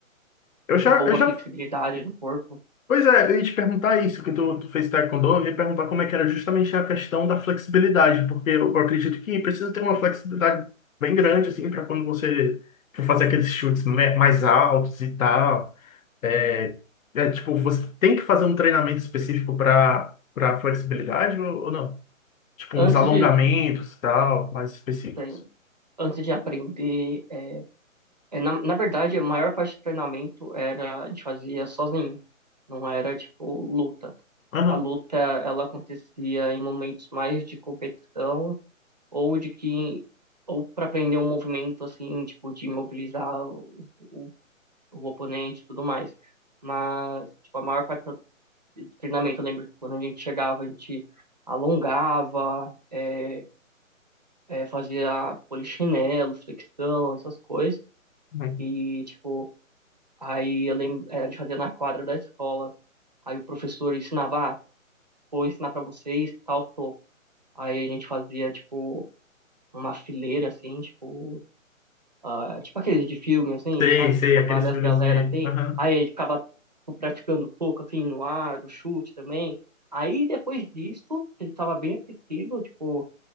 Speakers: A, on the left (about 75°); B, on the right (about 35°).
A: Eu já,
B: envolva
A: eu já
B: a flexibilidade do corpo.
A: Pois é, eu ia te perguntar isso, que tu, tu fez taekwondo, eu ia perguntar como é que era justamente a questão da flexibilidade, porque eu, eu acredito que precisa ter uma flexibilidade bem grande, assim, para quando você for fazer aqueles chutes me- mais altos e tal. É, é, tipo, você tem que fazer um treinamento específico para para flexibilidade ou, ou não? Tipo,
B: Antes
A: uns alongamentos
B: de,
A: e tal, mais específicos.
B: assim, antes de aprender, é, é, na, na verdade, a maior parte do treinamento era a gente fazia sozinho, não era tipo luta.
A: Aham.
B: A luta, ela acontecia em momentos mais de competição ou de que ou para aprender um movimento assim, tipo de imobilizar o, o, o oponente e tudo mais. Mas tipo, a maior parte do treinamento. Eu lembro que quando a gente chegava, a gente alongava, é, é, fazia polichinelo, flexão, essas coisas.
A: Uhum.
B: E, tipo, aí eu lembro, é, a gente fazia na quadra da escola. Aí o professor ensinava, ah, vou ensinar pra vocês tal soco. Aí a gente fazia, tipo, uma fileira, assim, tipo, ah, tipo aqueles de filme, assim,
A: Sei,
B: sabe?
A: sei,
B: Que fica
A: aqueles
B: várias
A: filmes
B: galera
A: de...
B: assim.
A: Aham,
B: Aí ele ficava tipo, praticando pouco, assim, no ar, o chute também. Aí depois disso, ele estava bem aquecido, tipo,